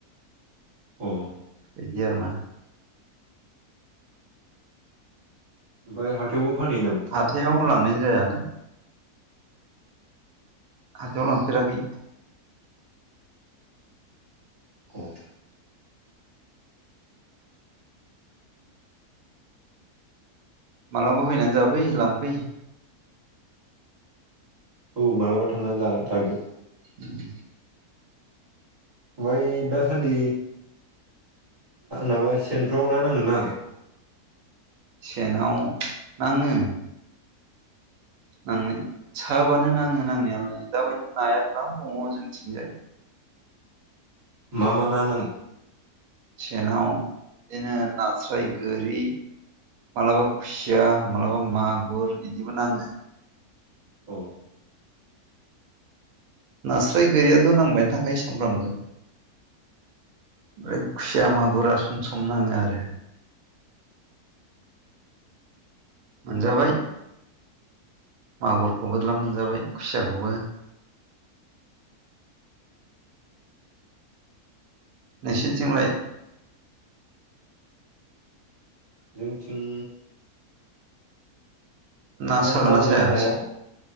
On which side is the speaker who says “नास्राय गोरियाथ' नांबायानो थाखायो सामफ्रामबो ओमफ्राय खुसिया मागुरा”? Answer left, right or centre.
Right